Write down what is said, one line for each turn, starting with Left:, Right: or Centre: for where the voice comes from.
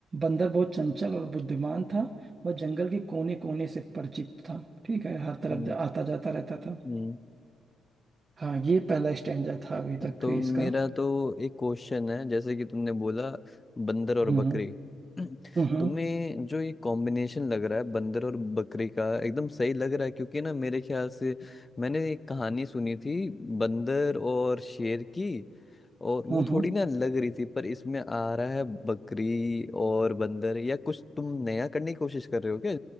Right: बंदर बहुत चंचल और बुद्धिमान था वह जंगल के कोने कोने से परिचित था ठीक है हर तरफ
Left: हम्म
Right: जा- आता जाता रहता था
Left: हम्म,
Right: हाँ ये पहला स्टैंजा था अभी तक
Left: तो
Right: इसका
Left: मेरा तो एक क्वेश्चन है जैसे कि तुमने बोला बंदर और
Right: हम्म
Left: बकरी
Right: हम्म
Left: <clears throat>
Right: हम्म हम्म
Left: तुम्हें जो ये कॉम्बिनेशन लग रहा है बंदर और बकरी का एकदम सही लग रहा है क्योंकि ना मेरे ख्याल से मैंने एक कहानी सुनी थी बंदर और शेर की और वो
Right: हम्म। हम्म।
Left: थोड़ी ना लग रही थी पर इसमें आ रहा है बकरी और बंदर या कुछ तुम नया करने की कोशिश कर रहे हो क्या